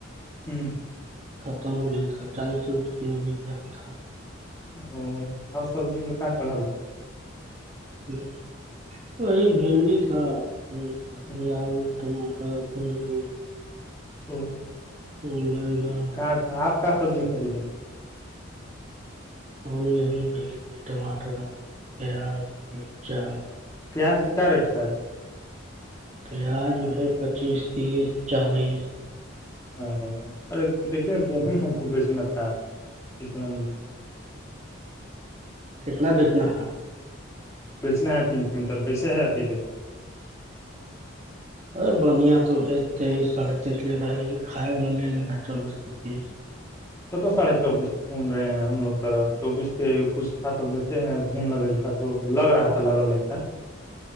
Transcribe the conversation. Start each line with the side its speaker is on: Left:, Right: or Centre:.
Left: ہمم
Right: ختم ہو گئی تھا چالیس روپئے کلو بک رہا ہے
Left: او آ سبزی میں کیا چڑھل تھا
Right: ہ وہی بھنڈی تھا کٹیا
Left: ہ
Right: میں ٹماٹا کڈری
Left: ہمم
Right: ہمم <unintelligible>
Left: کہاں آپ کا سبزی خریدیں
Right: ہم یہ بھی گے ٹماٹر آلو پیاز مرچا
Left: پیاز کی کیا ریٹ ہے
Right: پیا جو ہے پچیس تیس چالیس
Left: ا ارے دیکھیے گہم ہم کو بیچنا تھا اسلام بھی
Right: کتلا بیچنا ہے
Left: بیچنا ہے تین کئنٹل کیسے ہے ابھی ریٹ
Right: ارے بنیا تو ہے تیئیس سڑھے تیئیس لے رہا ہے لیکن کھائے والا لے لگا ہے چوبیس پچیس
Left: کت ساڑھے چوبیس سن رہے ہیں ہم لوگ طف چوبیس کے کچھ تھا تو بیچتے ہیں گھن لگل تھا تو لگ رہا تھا لگل نہیں تھا